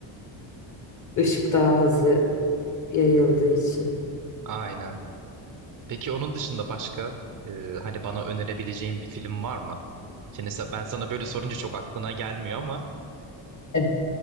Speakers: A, on the left; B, on the right.
A: Işık daha hızlı yayıldığı için.
B: Aynen. Peki onun dışında başka e, hani bana önerebileceğin bir film var mı? Şimdi sa- ben sana böyle sorunca çok aklına gelmiyor ama
A: Evet,